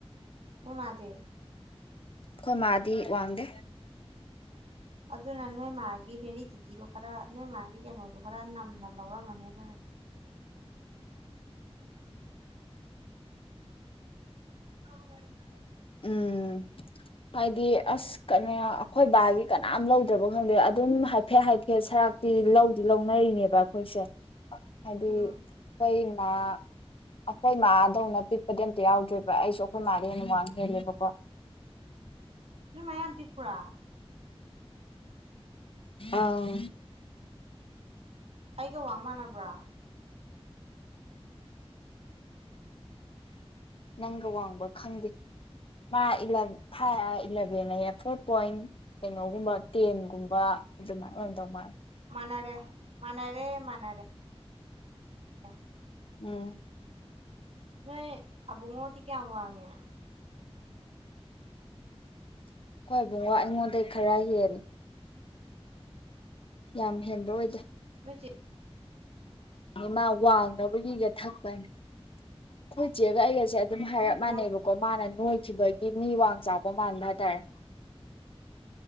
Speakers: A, on the right; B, on the left.
A: ꯑꯣ ꯃꯥꯗꯦꯕ
B: ꯑꯩꯣꯏ ꯃꯥꯗꯤ ꯋꯥꯡꯗꯦ
A: ꯑꯗꯨꯅ ꯅꯣꯏ ꯃꯥꯒꯤ ꯍꯦꯔꯤ ꯇꯤꯇꯤꯗꯣ ꯈꯔ ꯅꯣꯏ ꯃꯥꯒꯤ ꯀꯩꯅꯣꯗꯣ ꯈꯔ ꯅꯝꯅ ꯂꯧꯔꯝꯃꯅꯤ ꯑꯗꯨꯅ ꯍ ꯍꯣꯏ ꯍ
B: ꯎꯝ ꯍꯥꯏꯗꯤ ꯑꯁ ꯀꯩꯅ ꯑꯩꯈꯣꯏ ꯕꯥꯒꯤ ꯀꯅꯥꯝ ꯂꯧꯗ꯭ꯔꯕ ꯈꯪꯗꯦ ꯑꯗꯨꯝ ꯍꯥꯏꯐꯦꯠ ꯍꯥꯏꯐꯦꯠ ꯁꯔꯥꯛꯇꯤ ꯂꯧꯗꯤ ꯂꯧꯅꯔꯤꯅꯦꯕ ꯑꯩꯈꯣꯏꯁꯦ ꯍꯥꯏꯗꯤ
A: ꯎꯝ
B: ꯀꯩꯅ ꯑꯩꯈꯣꯏ ꯃꯥꯗꯧꯅ ꯄꯤꯛꯄꯗꯤ ꯑꯝꯇ ꯌꯥꯎꯗ꯭ꯦꯕ ꯑꯩꯁꯨ ꯑꯩꯈꯣꯏ ꯃꯥꯜꯗꯤꯦ ꯅꯨꯡꯉꯡꯉꯦ ꯍꯦꯕꯀꯣ
A: ꯃꯌꯥ ꯄꯛꯄꯥ
B: ꯑꯥ
A: ꯀꯩꯒ ꯋꯥꯡꯃꯅꯥꯕ꯭ꯔꯥ
B: ꯅꯪꯒ ꯋꯥꯡꯕ ꯈꯪꯗꯦ ꯃꯥ ꯐꯥꯏꯚ ꯏꯂꯚꯦꯟ ꯍꯥꯏꯌꯦ ꯐꯣꯔ ꯄꯣꯏꯟ ꯀꯩꯅꯣꯒꯨꯝꯕ ꯇꯦꯟꯒꯨꯝꯕ ꯑꯗꯨꯃꯥꯏꯅ ꯑꯣꯏꯅ ꯇꯧ ꯃꯥ
A: ꯃꯅꯔꯦ ꯃꯅꯔꯦ ꯃꯅꯔꯦ ꯍ
B: ꯎꯝ
A: ꯅꯣꯏ ꯑꯕꯉꯇꯤ ꯀꯦꯌꯥ ꯋꯥꯉ
B: ꯍꯣꯏꯕꯨꯡ ꯋꯥ ꯑꯩꯉꯣꯟꯗꯩ ꯈꯔ ꯍꯦꯜꯜꯂꯤꯦ ꯌꯥꯝ ꯍꯦꯟꯕ ꯑꯣꯏꯗ
A: ꯃꯆꯦ
B: ꯃꯥ ꯋꯥꯡꯅꯕꯒꯤꯒ ꯊꯛꯄ ꯑꯩꯣꯏ ꯆꯦꯒꯁ ꯑꯗꯨꯝ ꯍꯥꯏꯔꯞ
A: ꯅꯣꯏ ꯕꯨꯡꯉꯣ
B: ꯃꯥꯟꯅꯦꯕꯀꯣ ꯃꯥꯅ ꯅꯣꯏ ꯆꯈꯤꯕꯒꯤ ꯃꯤ ꯋꯥꯡ ꯆꯥꯎꯕ ꯃꯥꯟꯕ ꯍꯥꯏꯇꯥꯔꯦ